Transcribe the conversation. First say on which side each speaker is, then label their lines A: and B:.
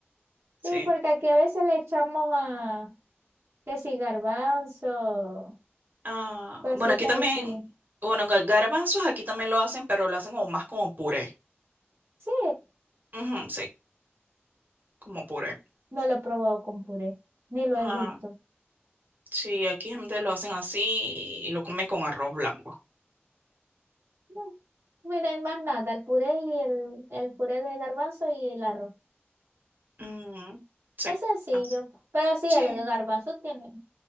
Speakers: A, on the right; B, on the right.
A: sí,
B: sí.
A: porque aquí a veces le echamos a, que si garbanzo,
B: Ah,
A: cositas
B: bueno, aquí también,
A: así.
B: bueno, ga- garbanzos aquí también lo hacen, pero lo hacen como más como puré.
A: Sí,
B: Ujú, sí. como puré.
A: no lo he probado con puré, ni lo
B: Ajá.
A: he visto.
B: Sí, aquí gente lo hacen así y lo come con arroz blanco.
A: No, mira, hay más nada, el puré y el, el puré de garbanzo y el arroz.
B: Ujú, Sí,
A: Es sencillo,
B: así.
A: pero sí,
B: Sí,
A: el garbanzo tiene,